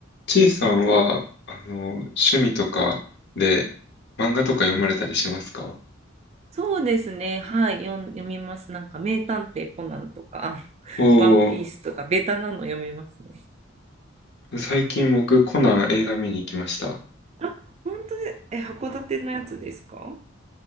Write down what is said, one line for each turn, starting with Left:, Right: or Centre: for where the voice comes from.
Left: ちいさんは、あの、趣味とかで漫画とか読まれたりしますか
Right: そうですね。はい。読ん、読みます。なんか、名探偵コナンとか、<laughs>
Left: おお
Right: ワンピースとか、ベタなの読みますね。
Left: ー、最近僕コナン映画見に行きました。
Right: あ、本当で、え、函館のやつですか